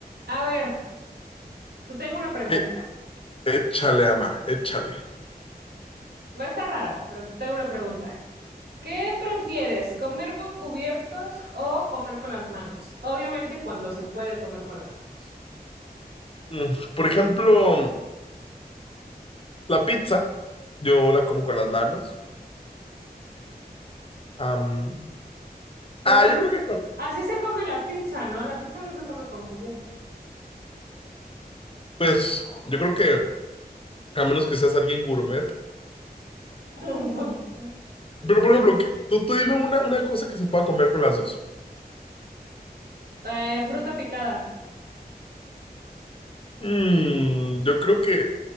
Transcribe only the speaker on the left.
Eh, Échale, ama, échale.
Mm, Por ejemplo, la pizza, yo la como con las manos. Am,
ah,
yo creo
que, con-
pues, yo creo que, a menos que seas alguien gourmet.
Pero, por ejemplo, que- tú, tú dime una, una cosa que se pueda comer con las dos.
Mm, yo creo que,